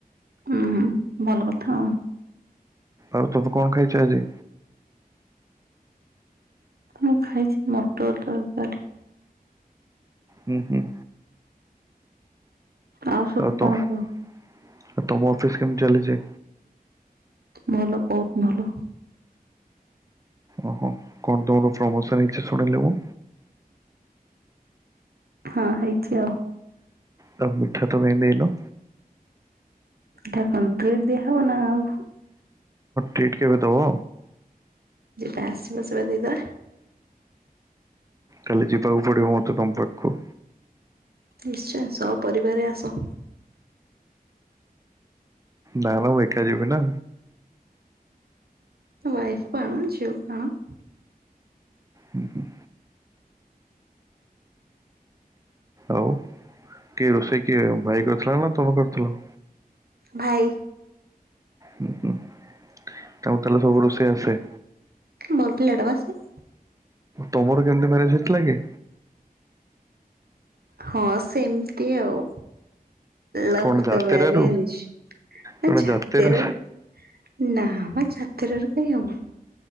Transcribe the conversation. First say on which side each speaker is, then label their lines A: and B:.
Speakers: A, on the right; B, on the right.
A: ଅଁ, ହଁ ଭଲ କଥା ଆଉ।
B: ଆଉ ତୋମେ କଣ ଖାଇଛ ଆଜି?
A: ମୁଁ ଖାଇଛି ମଟର ତରକାରୀ
B: ହୁଁ, ହୁଁ।
A: ଆଉ ସବୁ
B: ଆଉତ
A: କଣ
B: ଆଉ
A: କୁହ
B: ତମ ଅଫିସ୍ କେମତି ଚାଲିଚି?
A: ଭଲ ବହୁତ ଭଲ।
B: ଓହୋ କଣ ତମର ପ୍ରମୋସନ୍ ହେଇଚି ଶୁଣିଲି ମୁଁ।
A: ହଁ ହେଇଛି ଆଉ।
B: ତ ମିଠା ତ କାଇଁ ଦେଇନ।
A: ମିଠା କଣ ଟ୍ରିଟ୍ ଦିଆହବ ନା ଆଉ।
B: ଟ୍ରିଟ୍ କେବେ ଦେବ?
A: ଯେବେ ଆସିବ ସେବା ଦେଇଦେବା।
B: କାଲି ଯିବାକୁ ପଡ଼ିବ ମୋତେ ତମ ପାଖକୁ।
A: ନିଶ୍ଚୟ ସହ ପରିବାରରେ ଆସ।
B: ନା ନା ମୁଁ ଏକା ଯିବି ନା।
A: ୱାଇଫ୍ କୁ ଆଣ ଝିଅ କୁ ଆଣ।
B: ହୁଁ ହୁଁ <inaudible> ଆଉ କିଏ ରୋଷେଇ କିଏ ଭାଇ କରିଥିଲା ନା ତମେ କରିଥିଲ?
A: ଭାଇ।
B: ହୁଁ ହୁଁ ତାହେଲେ ସବୁ ରୋଷେଇ ଆସେ?
A: ଭଲ ପିଲାଟା ବା ସେ।
B: ତମର କେମିତି ମ୍ୟାରେଜ୍ ହେଇଥିଲା କି?
A: ହଁ ସେମତି ଆଉ। ଲଭ
B: କଣ ଯାତେରାରୁ
A: କ ମ୍ୟାରେଜ
B: କଣ
A: ଆଛ
B: ଯାତେରା
A: ତର <inaudible> ନା ମ ଯାତ୍ରାରୁ କହିଁ ହବ।